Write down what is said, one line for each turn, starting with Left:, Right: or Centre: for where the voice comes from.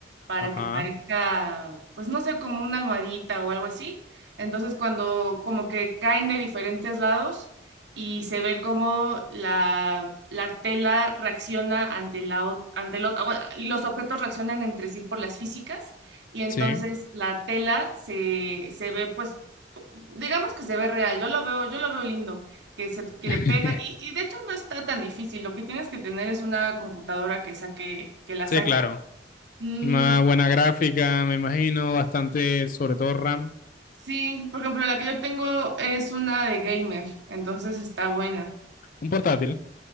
Right: para
Left: Ajá,
Right: que parezca, pues no sé, como una almohadita o algo así. Entonces cuando como que caen de diferentes lados y se ve como la, la tela reacciona ante la, ot- ante lo- ah, bueno, los objetos reaccionan entre sí por las físicas y entonces
Left: sí.
Right: la tela se, se ve pues digamos que se ve real, yo lo veo, yo lo veo lindo, que se, que
Left: <laughs>
Right: le pega, y, y de hecho no está tan difícil, lo que tienes que tener es una computadora que saque, que la
Left: Sí,
Right: saque.
Left: claro.
Right: Mm,
Left: Una buena gráfica, me imagino, bastante, sobre todo RAM.
Right: sí, por ejemplo, la que yo tengo es una de gamer, entonces está buena.
Left: Un portátil,